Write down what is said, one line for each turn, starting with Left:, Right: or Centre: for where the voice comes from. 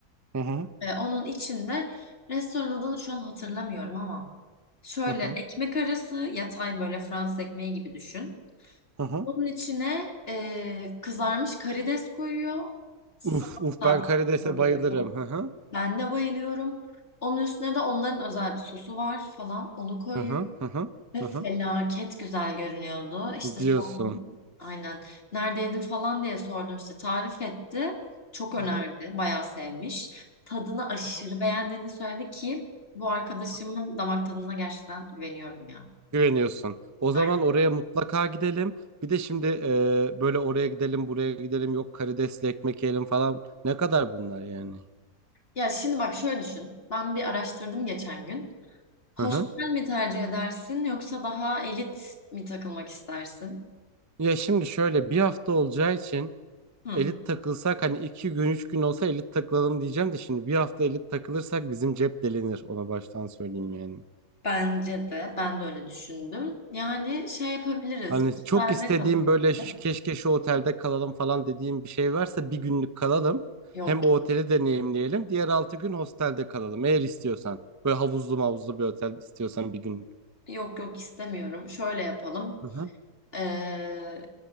Right: Hı hı.
Left: E, onun içinde restoran adını şu an hatırlamıyorum ama şöyle
Right: Hı hı.
Left: ekmek arası yatay böyle Fransız ekmeği gibi düşün.
Right: Hı hı.
Left: Onun içine e, kızarmış karides koyuyor. Salata
Right: Uf uf ben karidese
Left: koyuyor.
Right: bayılırım. Hı hı.
Left: Ben de bayılıyorum. Onun üstüne de onların özel bir sosu var falan. Onu koyuyor.
Right: Hı hı. Hı hı.
Left: Ve
Right: Hı
Left: felaket
Right: hı.
Left: güzel görünüyordu. İşte
Right: Diyorsun.
Left: sordum. Aynen. Neredeydin falan diye sordum işte. Tarif etti. Çok önerdi.
Right: Hı hı.
Left: Bayağı sevmiş. Tadını aşırı
Right: Hı hı.
Left: beğendiğini söyledi ki bu arkadaşımın
Right: Hı hı.
Left: damak tadına gerçekten güveniyorum ya.
Right: Güveniyorsun. O zaman
Left: Aynen.
Right: oraya mutlaka gidelim. Bir de şimdi e, böyle oraya gidelim, buraya gidelim, yok karidesli ekmek yiyelim falan. Ne kadar bunlar yani?
Left: Ya şimdi bak şöyle düşün. Ben bir araştırdım geçen gün. Hostel
Right: Hı hı.
Left: mi tercih edersin yoksa daha elit mi takılmak istersin?
Right: Ya şimdi şöyle bir hafta olacağı için
Left: Hı.
Right: elit takılsak hani iki gün üç gün olsa elit takılalım diyeceğim de şimdi bir hafta elit takılırsak bizim cep delinir. Ona baştan söyleyeyim yani.
Left: Bence de. Ben de öyle düşündüm. Yani şey yapabiliriz.
Right: Hani
Left: Hostelde
Right: çok istediğim
Left: kalabiliriz.
Right: böyle şu- keşke şu otelde kalalım falan dediğim bir şey varsa bir günlük kalalım.
Left: Yok
Right: Hem o oteli deneyimleyelim. Diğer altı gün hostelde kalalım eğer istiyorsan. Böyle havuzlu mavuzlu bir otel istiyorsan bir günlük.
Left: Yok yok istemiyorum. Şöyle yapalım.
Right: Hı hı.
Left: Ee,